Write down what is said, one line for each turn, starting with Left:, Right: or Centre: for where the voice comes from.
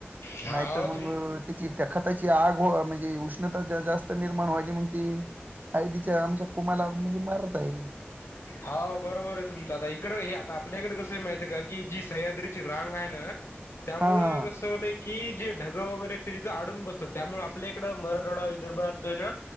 Left: हा
Right: नाही तर मग
Left: तुम
Right: त्याची त्या खताची आग हो म्हणजे उष्ण उष्णता जास्त निर्माण व्हाली मग ती हळदीच्या आमच्या कुमाला म्हणजे मारत आहे.
Left: हा बरोबर आहे तुमच आता इकड हे आता आपल्याकडे कसं माहित आहे का की जी सह्याद्रीची रांग आहे ना त्यामुळं
Right: हा हा
Left: कस अस होत की जे ढगं वगैरे ते तिथं आडून बसत त्यामुळ आपल्याकडं मराठवाडा विदर्भात हे ना